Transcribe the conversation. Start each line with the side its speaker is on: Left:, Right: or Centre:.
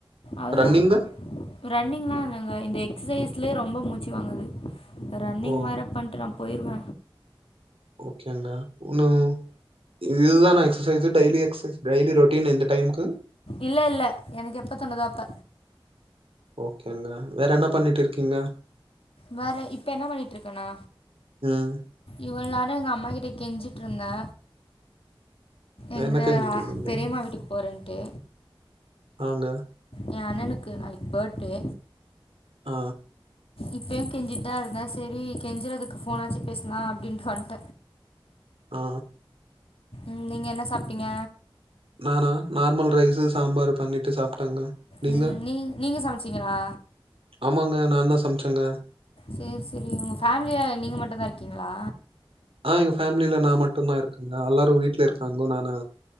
Left: அவ்ள்தா
Right: ரன்னிங்கு
Left: ரன்னிங்லா நாங்க இந்த எக்சைஸ்லே ரொம்ப மூச்சு வாங்குது ரன்னிங்
Right: ஓ
Left: வேர பண்ட்டு நா போயிருவ
Right: ஓகேன்னா உன்னு இதுதான exercise daily exercise daily routine இந்த டைமுகு
Left: இல்லல்ல எனக்கு எப்ப தோனுதோ அப்ப
Right: ஓகேங்க வேற என்ன பண்ணிட் இருக்கீங்க
Left: வேற இப்ப என்ன பண்ணிட்ருக்கணா
Right: ம்
Left: இவள் நேர எங்கம்மா கிட்ட கெஞ்சிட்ருந்தே எங்க
Right: என்ன செஞ்சுட்டு இருந்தீங்க
Left: பெரியம்மா வீட்டுக்கு போறேன்ட்டு
Right: ஆங்க
Left: ஏ அண்ணனுக்கு நாளைக் பர்டே
Right: ஆ
Left: இப்ப யு கெஞ்சின்தா இருந்தே செரி கெஞ்சறதுக்கு போனாச்சு பேச்லா அப்டின்டு வன்ட்டே
Right: ஆ
Left: ம் நீங்க என்ன சாப்ட்டீங்க
Right: நானா நார்மல் ரைஸு சாம்பாரு பண்ணிட்டு சாப்டேங்க நீங்க
Left: ம் நீ நீங்கஸ் சமச்சிங்களா
Right: ஆமாங்க நா தா சம்ச்சங்க
Left: செர் செரி உங்க ஃபேமிலியா நீங்க மட்டு தா இருக்கீங்ளா
Right: ஆ எங்க ஃபேமிலில நா மட்டுதா இருக்கங்க அல்லாரு வீட்ல இருக்காங்கோ நானு